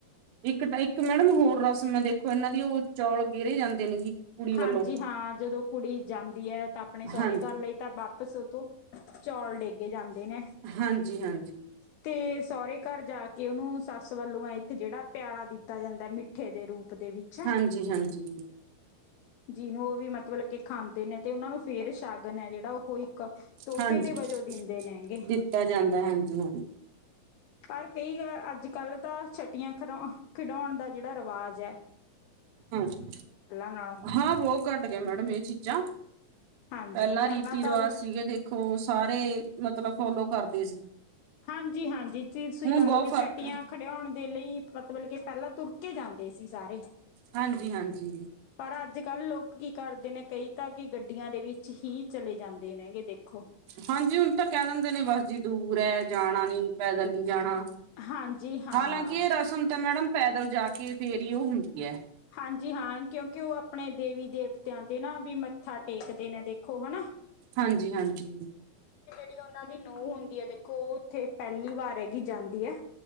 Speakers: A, on the right; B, on the left.
A: ਇੱਕ-ਇੱਕ ਮੈਡਮ ਹੋਰ ਰਸਮ ਮੈਂ ਦੇਖੋ ਇਹਨਾਂ ਦੀ ਉਹੋ। ਚੌਲ ਗੇਰੇ ਜਾਂਦੇ ਨੇ ਜੀ। ਕੁੜੀ ਵੱਲੋਂ
B: ਹਾਂਜੀ ਹਾਂ, ਜਦੋਂ ਕੁੜੀ ਜਾਂਦੀ ਹੈ, ਤਾਂ ਆਪਣੇ ਸਹੁਰੇ
A: ਹਾਂਜੀ
B: ਘਰ ਲਈ ਤਾਂ ਵਾਪਿਸ ਉਤੋ ਚੌਲ ਡੇਗੇ ਜਾਂਦੇ ਨੇ
A: ਹਾਂਜੀ-ਹਾਂਜੀ।
B: ਤੇ ਸਹੁਰੇ ਘਰ ਜਾ ਕੇ ਉਨੂੰ ਸੱਸ ਵੱਲੋਂ ਇੱਕ ਜਿਹੜਾ ਪਿਆਲਾ ਦਿੱਤਾ ਜਾਂਦਾ ਮਿੱਠੇ ਦੇ ਰੂਪ ਦੇ ਵਿੱਚ
A: ਹਾਂਜੀ-ਹਾਂਜੀ।
B: ਜਿਹਨੂੰ ਉਹ ਵੀ ਮਤਲਬ ਕੇ ਖਾਂਦੇ, ਨੇ ਤੇ ਉਹਨਾਂ ਨੂੰ ਫਿਰ ਸ਼ਗਨ ਐ ਜਿਹੜਾ ਉਹ ਕੋਈ ਤੋਹਫ਼ੇ
A: ਹਾਂਜੀ
B: ਦੇ ਵਜੋਂ ਦਿੰਦੇ ਨੇ ਗੇ।
A: ਦਿੱਤਾ ਜਾਂਦਾ ਹਾਂਜੀ ਹਾਂਜੀ
B: ਪਰ ਕਈ ਅੱਜ-ਕੱਲ੍ਹ ਤਾਂ ਛੱਟੀਆਂ ਖਿਡੌਉਣ ਦਾ ਜਿਹੜਾ ਰਿਵਾਜ਼
A: ਹਾਂਜੀ,
B: ਨਾਲੋਂ
A: ਹਾਂ ਬਹੁਤ ਘੱਟ ਗਿਆ ਮੈਡਮ ਇਹ ਚੀਜ਼ਾਂ।
B: ਹਾਂਜੀ
A: ਪਹਿਲਾਂ ਰੀਤੀ ਰਿਵਾਜ਼
B: ਤਾਂ
A: ਸੀ ਗੇ ਦੇਖੋ, ਸਾਰੇ ਮਤਲਬ ਫੋਲੋ ਕਰਦੇ ਸੀ।
B: ਹਾਂਜੀ-ਹਾਂਜੀ, ਤੁਸੀਂ
A: ਹੁਣ
B: ਲਾ
A: ਬਹੁਤ
B: ਲਓ ਵੀ
A: ਫ਼ਰਕ
B: ਛੱਟੀਆਂ
A: ਹੈ।
B: ਖਡਿਆਉਣ ਦੇ ਲਈ ਮਤਲਬ ਕਿ ਪਹਿਲਾਂ ਤੁਰ ਕੇ ਜਾਂਦੇ ਸੀ ਸਾਰੇ।
A: ਹਾਂਜੀ-ਹਾਂਜੀ।
B: ਪਰ ਅੱਜ-ਕੱਲ੍ਹ ਲੋਕ ਕੀ ਕਰਦੇ ਨੇ ਕਈ ਤਾਂ ਕਿ ਗੱਡੀਆਂ ਦੇ ਵਿੱਚ ਹੀ ਚਲੇ ਜਾਂਦੇ ਨੇ ਗੇ ਦੇਖ
A: ਹਾਂਜੀ, ਹੁਣ ਤਾਂ ਕਹਿ ਦਿੰਦੇ ਨੇ ਬਸ ਜੀ ਦੂਰ ਹੈ, ਜਾਣਾ ਨੀ ਪੈਦਲ ਨੀ ਜਾਣਾ
B: ਹਾਂਜੀ ਹਾਂ
A: ਹਾਲਾਂ ਕਿ ਐ ਰਸਮ ਤਾਂ ਮੈਡਮ ਪੈਦਲ ਜਾ ਕੇ ਫੇਰ ਹੀ ਉਹ ਹੁੰਦੀ ਹੈ
B: ਹਾਂਜੀ, ਹਾਂ ਕਿਉਂਕਿ ਉਹ ਆਪਣੇ ਦੇਵੀ-ਦੇਵ ਤੇ ਆਂਦੇ ਨਾ ਵੀ ਮੱਥਾ ਟੇਕਦੇ ਨੇ ਦੇਖੋ ਹਨਾ।
A: ਹਾਂਜੀ-ਹਾਂਜੀ।
B: ਜਿਹੀ ਉਹਨਾਂ ਦੀ ਨੂੰਹ ਹੁੰਦੀ ਐ ਦੇਖੋ, ਉਹ ਉੱਥੇ ਪਹਿਲੀ ਵਾਰ ਹੈਗੀ ਜਾਂਦੀ ਹੈ।